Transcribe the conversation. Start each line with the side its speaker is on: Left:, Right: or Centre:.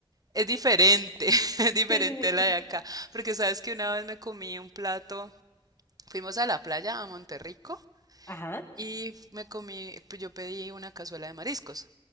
Right: es diferente, <laughs> es diferente
Left: Sí, sí,
Right: a la
Left: sí.
Right: de acá, porque sabes que una vez me comí un plato, fuimos a la playa, a Monterrico
Left: Ajá.
Right: y me comí, pues yo pedí una cazuela de mariscos.